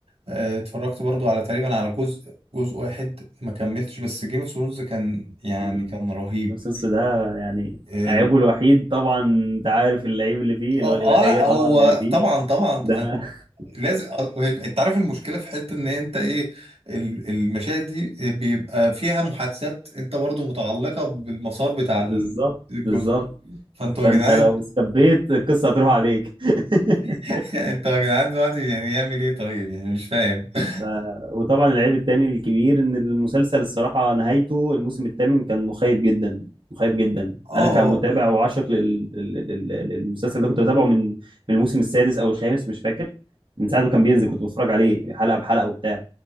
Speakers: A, on the right; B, on the right.
A: آه، اتفرجت برضو على تقريبا على جزء جزء واحد ما كملتش بس جيم اوف ثرونز كان يعني
B: مم.
A: كان رهيب
B: السوس ده يعني
A: آم،
B: عيبه الوحيد طبعا انت عارف العيب اللي فيه
A: اه
B: اللي هو الاباحيه
A: آه، لا
B: طبعا
A: هو
B: اللي فيه
A: طبعا طبعا
B: ده
A: آه،
B: <laughs>
A: لازم آه، انت عارف المشكله في حته ان انت ايه ال- المشاهد دي بيبقى فيها محادثات انت برضو متعلقه بالمسار بتاع
B: بالظبط
A: ال- الجزء
B: بالظبط
A: فانتوا
B: فانت
A: يا جدعان
B: لو استبيت القصه هتروح عليك <laughs>
A: <laughs> انتوا يا جدعان دلوقتي يعني يعمل ايه طيب يعني مش فاهم <laughs>
B: ف- وطبعا العيب التاني الكبير ان المسلسل الصراحه نهايته الموسم الثامن كان مخيب جدا مخيب جدا
A: اه
B: انا كمتابع وعاشق لل- لل- لل- للمسلسل ده كنت بتابعه من من الموسم السادس او الخامس مش فاكر من ساعه ما كان بينزل كنت بتفرج عليه حلقه بحلقه وبتاع